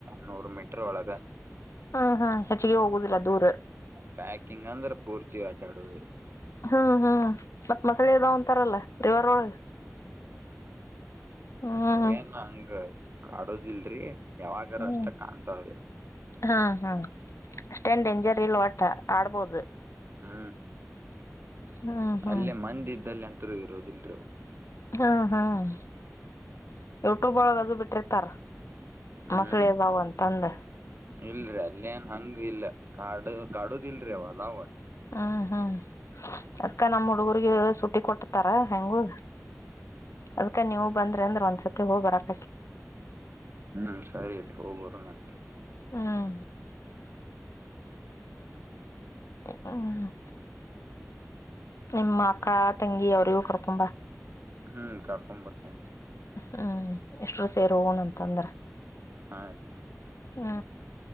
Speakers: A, on the right; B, on the left.
A: ನೂರು ಮೀಟರ್ ಒಳಗ
B: ಹ್ಮ್ ಹ್ಮ್ ಹೆಚ್ಚಿಗೆ ಹೋಗುದಿಲ್ಲ ದೂರ್.
A: ಕ ಕಿಂಗಂದ್ರ ಪೂರ್ಚಿ ಅಡ್ಯಡೋದ್ರಿ.
B: ಹಾ ಹಾ. ಮತ್ ಮಸಳೆ ಇದಾವ ಅಂತಾರಲ್ಲ. ರಿವರ್ ಒಳಗ್. ಹ್ಮ್
A: ಅವ್ ಏನ್ ಹಂಗ್ ಕಾಡೋದಿಲ್ರಿ. ಯಾವಾಗಾರ
B: ಹ್ಮ್
A: ಅಷ್ಟ ಕಾಣ್ತಾವ್ರಿ
B: ಹಾ ಹಾ ಅಷ್ಟೇನ್ ಡೇಂಜರ್ ಇಲ್ ವಟ್ ಆಡ್ಬೋದು.
A: ಹಾ.
B: ಹ್ಮ್ ಹ್ಮ್
A: ಅಲ್ಲೇ ಮಂದೀ ಇದ್ದಲ್ಲಿ ಅಂತ ಹತ್ರ ಇರೋದಿಲ್ಲ್ರಿ.
B: ಹ್ಮ್ ಹ್ಮ್ ಯುಟೂಬ್ ಒಳಗ ಅದು ಬಿಟ್ಟಿರ್ತಾರ.
A: ಹ್ಮ್
B: ಮಸಳಿ ಅದಾವ ಅಂತಂದ.
A: ಇಲ್ರಿ ಅಲ್ಲೇ ಏನ್ ಹಂಗ ಇಲ್ಲ ಕಾಡು ಕಾಡುದ ಇಲ್ರಿ ಅವ ಅದಾವ.
B: ಹಾ ಹಾ. ಅದ್ಕ ನಮ್ ಹುಡುಗರ್ಗ ಸುಟಿ ಕೊಟ್ಟತಾರ ಹೆಂಗು ಅದ್ಕ ನೀವು ಬಂದ್ರಿ ಅಂದ್ರ ಒಂದ್ಸತಿ ಹೋಗ್ ಬರಕ್
A: ಹ್ಮ್ ಸರಿ ಆಯ್ತಿ ಹೋಗ ಬರೋನಂತ್.
B: ಹ್ಮ. ಹ್ಮ. ನಿಮ್ಮ ಅಕ್ಕಾ ತಂಗಿ ಅವರಿಗೂ ಕೊರ್ಕೊಂಬಾ.
A: ಹ್ಮ್ ಕರ್ಕೊಂಡ ಬರ್ತೇನ್ ರಿ.
B: ಹ್ಮ್ ಇಷ್ಟರು ಸೇರ್ ಹೋಗಣ ಅಂತಂದ್ರ.
A: ಹಾರಿ.
B: ಹ್ಮ.